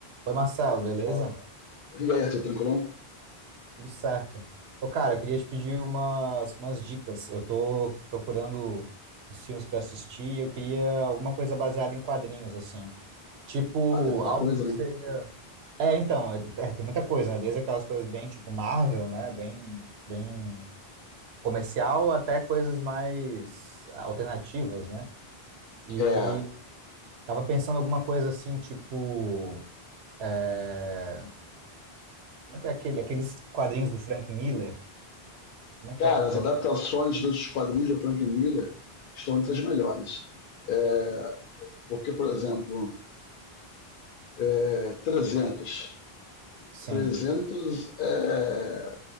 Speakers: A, on the right (about 80°); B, on the left (about 60°).
A: Oi, Marcelo, beleza?
B: Fala. E aí, Arthur, tranquilão?
A: Tudo certo. Ô, cara, eu queria te pedir umas, umas dicas. Eu tô procurando uns filmes pra assistir e eu queria alguma coisa baseada em quadrinhos, assim. Tipo,
B: Ah, tem muita
A: algo
B: coisa,
A: que
B: né?
A: seja. É, então, é- é, tem muita coisa, né? Desde aquelas coisas bem, tipo, Marvel, né? Bem, bem comercial, até coisas mais alternativas, né? E
B: É, é,
A: tava pensando alguma coisa assim, tipo. é, Como é que é aquele, aqueles quadrinhos do Frank Miller? Como é
B: cara,
A: que é o nome
B: as adaptações dos quadrinhos do Frank Miller estão entre as melhores. É, porque, por exemplo, é, 300.
A: Sim,
B: 300 é